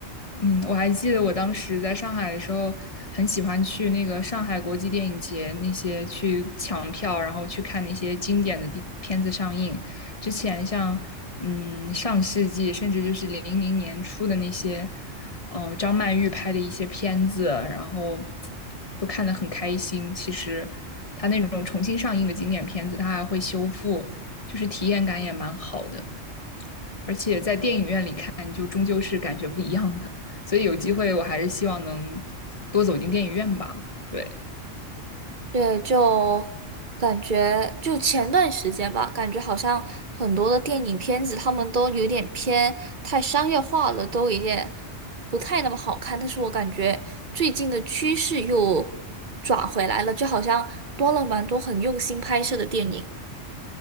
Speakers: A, on the left; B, on the right.
A: 嗯，我还记得我当时在上海的时候，很喜欢去那个上海国际电影节那些去抢票，然后去看那些经典的地片子上映。之前像嗯上世纪，甚至就是零零年初的那些，嗯、呃张曼玉拍的一些片子，然后都看得很开心。其实他那种重新上映的经典片子，他还会修复，就是体验感也蛮好的。而且在电影院里看，就终究是感觉不一样的。所以有机会，我还是希望能多走进电影院吧。对，
B: 对，就感觉就前段时间吧，感觉好像很多的电影片子，他们都有点偏太商业化了，都有点不太那么好看。但是我感觉最近的趋势又转回来了，就好像多了蛮多很用心拍摄的电影。